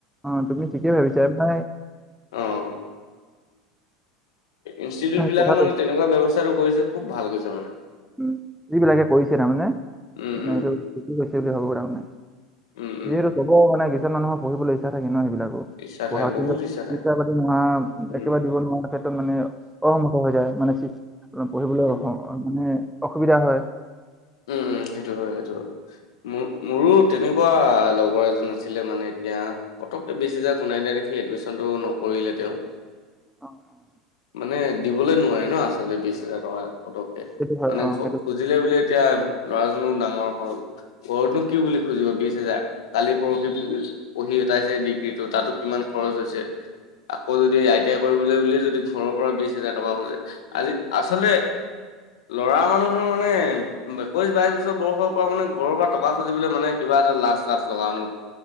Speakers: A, in the centre; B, on the left (about 65°).
A: অহ' তুমি ঠিকে ভাবিছা এমাই
B: অহ। ইনষ্টিটিউটত বিলাকে
A: কথাটো
B: মানে তেনেকুৱা ব্যৱস্থাটো কৰিছে খুব ভাল কৰিছে মানে।
A: উম যিবিলাকে কৰিছে তাৰমানে
B: উম,
A: মানে
B: উম।
A: এইটো শিকি লৈছে বুলি ভাবো তাৰমানে।
B: উম, উম,
A: যিহেতু চবৰ মানে কিছুমান মানুহৰ পঢ়িবলৈ ইচ্ছা থাকে ন সেইবিলাকো।
B: ইচ্ছা
A: পঢ়া
B: থাকে
A: কিন্তু
B: বহুত ইচ্ছা থাকে
A: পইচা পাতি নোহোৱাএকেবাৰে
B: উম,
A: দিব নোৱাৰা ক্ষেত্ৰত মানে অসমৰ্থ হৈ যায় মানে ঠিক পঢ়িবলৈ
B: উম,
A: মানে অসুবিধা হয়।
B: উম, উম, সেইটো হয়, সেইটো হয়। মোৰ মোৰো তেনেকুৱা লগৰ এজন আছিলে মানে এতিয়া পটককে বিশ হেজাৰ গুনাই দিয়া দেখি এডমিশ্যনটো নকৰিলে তেওঁ।
A: অ'
B: মানে দিবলৈ নোৱাৰে ন আচলতে বিশ হাজাৰ টকা পতককে
A: সেইটো হয়
B: মানে
A: অ
B: ঘৰত
A: সেইটো
B: খুজিলে বুলিয়েই এতিয়া ল'ৰাজনো ডাঙৰ হ'ল। ঘৰতনো কি বুলি খুজিব বিশ হাজাৰ কালি পৰহি পঢ়ি এটাছেহে ডিগ্ৰীটো তাতো কিমান খৰচ হৈছে। আকৌ যদি আই টি আই কৰিবলৈ বুলিয়ে যদি ঘৰৰ পৰা বিশ হাজাৰ টকা খোজে। আজি আচলতে ল'ৰা মানুহৰ মানে একৈশ বাইশ বছৰ ব বয়সত পৰা মানে ঘৰৰ পৰা টকা খুজিব মানে কিবা এটা লাজ লাজ লগা অনু